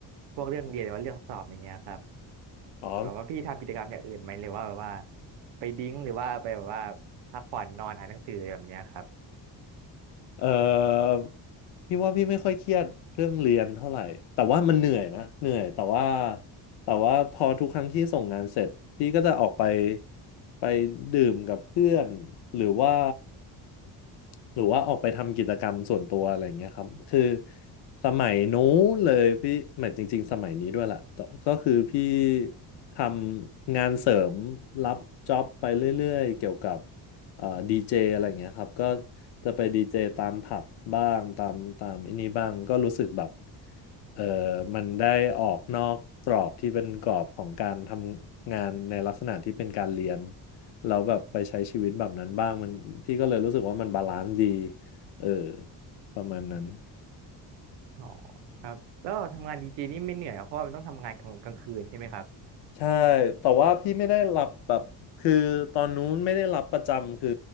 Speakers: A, on the right; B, on the left.
A: พวกเรื่องเรียนหรือว่าเรื่องสอบอย่างเงี้ยครับ
B: อ๋อ
A: แบบว่าพี่ทำกิจกรรมอย่างอื่นไหมหรือว่าแบบว่าไปดิ้งหรือว่าไปแบบว่าพักผ่อนนอนอ่านหนังสืออะไรแบบเนี้ยครับ
B: เออพี่ว่าพี่ไม่ค่อยเครียดเรื่องเรียนเท่าไหร่แต่ว่ามันเหนื่อยนะเหนื่อยแต่ว่าแต่ว่าพอทุกครั้งที่ส่งงานเสร็จพี่ก็จะออกไปไปดื่มกับเพื่อนหรือว่าหรือว่าออกไปทำกิจกรรมส่วนตัวอะไรอย่างเงี้ยครับคือสมัยนู้นเลยพี่หมายจริงๆสมัยนี้ด้วยแหละแต่ก็คือพี่ทำงานเสริมรับจ็อบไปเรื่อยๆเกี่ยวกับ เอ่อดีเจอะไรอย่างเงี้ยครับก็จะไปดีเจตามผับบ้างตามตามไอันนี้บ้างก็รู้สึกแบบเออมันได้ออกนอกกรอบที่เป็นกรอบของการทำงานในลักษณะที่เป็นการเรียนเราแล้วแบบไปใช้ชีวิตแบบนั้นบ้างมันพี่ก็เลยรู้สึกว่ามันบาลานซ์ดีเออประมาณนั้น
A: อ๋อครับแล้วทำงานดีเจนี่ไม่เหนื่อยเหรอเพราะว่ามันต้องทำงานกลางกลางคืนใช่ไหมครั
B: ใช่ แต่ว่าพี่ไม่ได้รับแบบคือตอนนู้นไม่ได้รับประจำ คือ